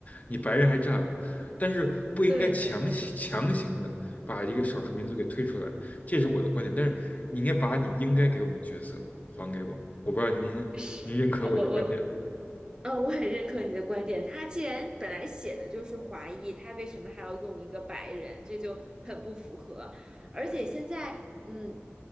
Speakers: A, on the left; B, on the right.
A: 你白人还占了，但是不应该强强行的把一个少数民族给推出来，
B: 对对对，
A: 这是我的观点。但是你应该把你应该给我们的角色还给我们。我不知道您您认可我的观点
B: 是，我我呃，我很认可你的观点。他既然本来写的就是华裔，他为什么还要用一个白人？这就很不符合。而且现在，嗯，